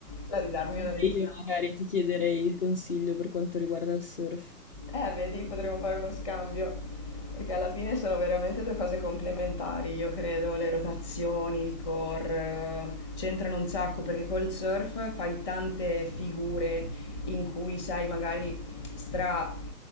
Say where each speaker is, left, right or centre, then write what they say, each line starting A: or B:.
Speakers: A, on the left; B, on the left.
A: cioè di darmi una
B: Anche
A: lezione.
B: io magari ti chiederei il consiglio per quanto riguarda il surf.
A: Eh, vedi, potremmo fare uno scambio, perché alla fine sono veramente due cose complementari, io credo, le rotazioni, il core, eh, c'entrano un sacco, perché col surf fai tante figure in cui sei magari stra...